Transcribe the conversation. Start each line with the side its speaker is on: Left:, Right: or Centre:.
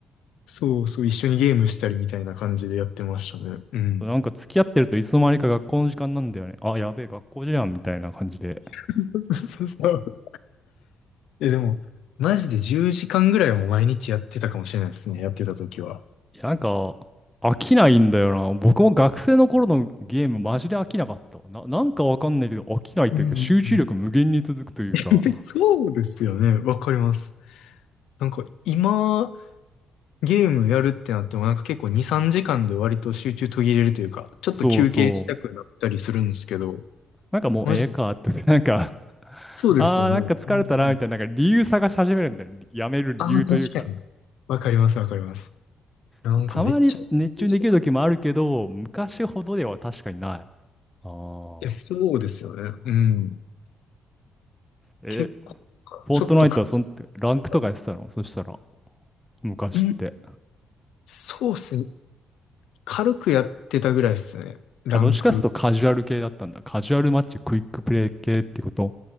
Left: そうそう、一緒にゲームしたりみたいな感じでやってましたね。うん。
Centre: なんか付き合ってるといつの間にか学校の時間なんだよね。あ、やべえ、学校じゃんみたいな感じで。
Left: <laughs> そうそうそうそう。え、でも、マジで10時間ぐらいはもう毎日やってたかもしれないですね。やってた時は。
Centre: いや、なんか、飽きないんだよな。僕も学生の頃のゲームマジで飽きなかった。な、なんかわかんないけど飽きないというか集中力無限に続くというか。
Left: うんうんうん。<laughs> そうですよね。わかります。なんか今、ゲームやるってなってもなんか結構2、3時間で割と集中途切れるというか、ちょっと休憩したくなったりするんですけど、
Centre: そうそう。なんかもうええかって、
Left: マジで。
Centre: なんか
Left: そうですよね。
Centre: あー、なんか疲れたな、
Left: うんうん、
Centre: みたいな、なんか理由探し始めるんだよ。やめる理由というか。
Left: ああ、確かに。わかります、わかります。なんかめっちゃ、
Centre: まあたまに熱中できる時もあるけど、
Left: してた。い
Centre: 昔ほどでは確かにない。ああ。
Left: や、そうですよね。うん。
Centre: え、
Left: 結構か、
Centre: フォートナイトはそん、
Left: ちょっとか、
Centre: ランクとかやってたのそしたら、
Left: してた。
Centre: 昔って。
Left: うん。そうですね。軽くやってたぐらいですね。ランク。
Centre: あ、どっちかっていうとカジュアル系だったんだ。カジュアルマッチ、クイックプレイ系ってこと